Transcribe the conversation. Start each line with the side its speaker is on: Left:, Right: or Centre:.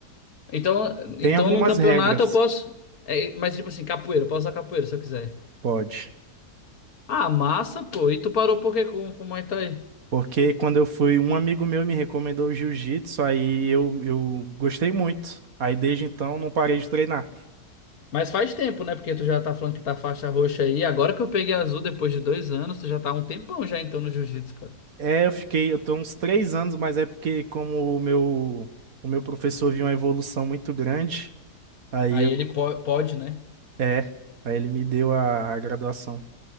Left: Então,
Right: Tem
Left: então
Right: algumas
Left: num campeonato
Right: regras,
Left: eu posso... é, mas, tipo assim, capoeira, eu posso usar capoeira se eu quiser.
Right: pode.
Left: Ah, massa, pô. E tu parou por quê com, com o Muay Thai?
Right: Porque quando eu fui, um amigo meu me recomendou o jiu-jitsu, aí eu, eu gostei muito. Aí desde então não parei de treinar.
Left: Mas faz tempo, né? Porque tu já tá falando que tá faixa roxa aí. Agora que eu peguei azul depois de dois anos, tu já tá há um tempão já então no jiu-jitsu, cara.
Right: É, eu fiquei, eu tô uns três anos, mas é porque como o meu, o meu professor viu uma evolução muito grande, aí
Left: Aí
Right: eu,
Left: ele po- pode, né?
Right: é, aí ele me deu a, a graduação.